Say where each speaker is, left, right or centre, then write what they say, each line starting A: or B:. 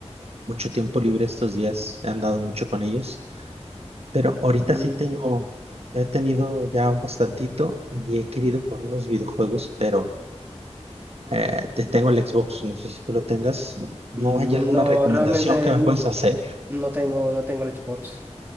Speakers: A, on the right; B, on the right.
A: mucho tiempo libre estos días, he andado mucho con ellos, pero ahorita
B: Mm,
A: sí tengo, he tenido ya un bastantito y he querido jugar unos videojuegos, pero eh, te tengo el Xbox, no sé si tú lo tengas. ¿No
B: mm,
A: hay alguna
B: no,
A: recomendación
B: realmente
A: que
B: n-
A: me puedes hacer?
B: no tengo, no tengo Xbox.